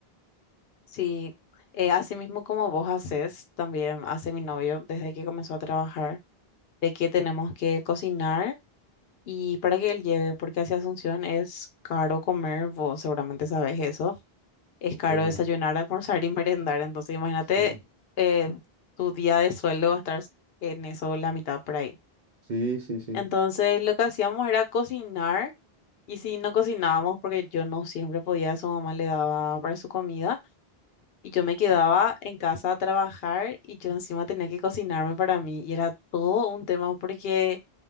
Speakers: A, on the left (about 75°); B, on the right (about 55°).
A: Sí, eh, así mismo como vos haces, también hace mi novio desde que comenzó a trabajar, de que tenemos que cocinar. Y para que él lleve, porque hacia Asunción es caro comer, vos seguramente sabes eso. es
B: Totalmente.
A: caro desayunar, almorzar y merendar. Entonces, imagínate,
B: Sí,
A: eh, tu día de sueldo va a estar en eso, la mitad por ahí.
B: sí, sí, sí,
A: Entonces, lo que hacíamos era cocinar. Y si no cocinábamos, porque yo no siempre podía, su mamá le daba para su comida. Y yo me quedaba en casa a trabajar y yo encima tenía que cocinarme para mí. Y era todo un tema porque